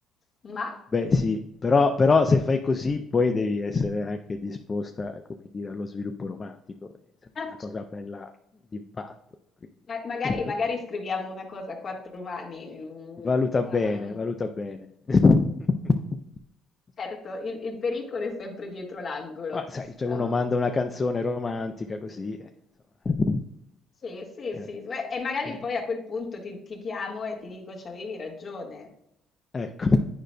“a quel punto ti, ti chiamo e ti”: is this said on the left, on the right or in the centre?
Left